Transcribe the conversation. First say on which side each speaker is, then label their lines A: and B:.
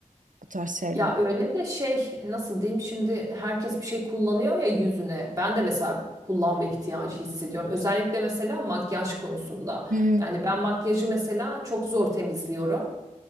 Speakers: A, on the right; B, on the right.
A: bu tarz şeyler.
B: Ya öyle de şey nasıl diyeyim şimdi herkes bir şey kullanıyor ya yüzüne. Ben de mesela kullanma ihtiyacı hissediyorum. Özellikle mesela makyaj konusunda.
A: Hı hı.
B: Yani ben makyajı mesela çok zor temizliyorum.